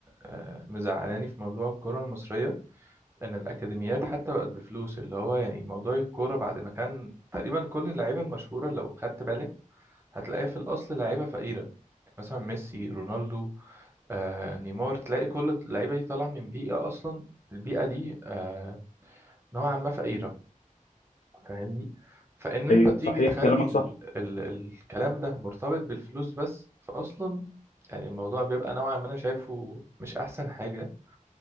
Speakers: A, on the right (about 20°); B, on the left (about 65°).
A: آه، مزعلاني في موضوع الكرة المصرية ان الاكاديميات حتى بقت بفلوس اللي هو يعني موضوع الكوره بعد ما كان تقريبا كل اللعيبه المشهوره لو خدت بالك هتلاقيها في الاصل لعيبه فقيره مثلا ميسي رونالدو آه، نيمار تلاقي كل اللعيبه دي طالعه من بيئه اصلا البيئه دي آه، نوعا ما فقيره فاهمني فان انت
B: ايوه
A: تيجي
B: صحيح
A: تخلي
B: كلامك
A: ال
B: صح
A: ال الكلام ده مرتبط بالفلوس بس فاصلا يعني الموضوع بيبقى نوعا ما انا شايفه مش احسن حاجه